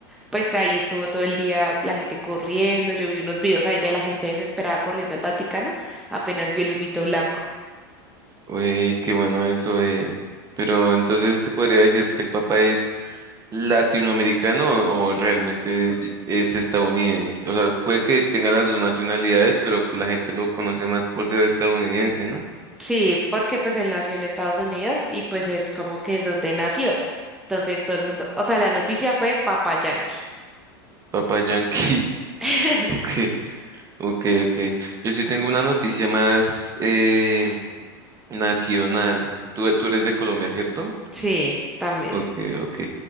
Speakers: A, in the centre; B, on the right.
A: pues ahí estuvo todo el día la gente corriendo. Yo vi unos videos ahí de la gente desesperada corriendo al Vaticano, apenas vi el humito blanco.
B: Uy, qué bueno eso, eh. Pero entonces se podría decir que el Papa es latinoamericano o o realmente y- es estadounidense. O sea, puede que tenga las dos nacionalidades, pero la gente lo conoce más por ser estadounidense, ¿no?
A: Sí, porque pues él nació en Estados Unidos y pues es como que es donde nació. Entonces todo el mundo, o sea, la noticia fue Papa Yankee.
B: Papa Yankee.
A: <laughs>
B: <laughs> Ok, ok, ok. Yo sí tengo una noticia más eh, nacional. Tú, tú eres de Colombia, ¿cierto?
A: Sí, también.
B: Ok, ok.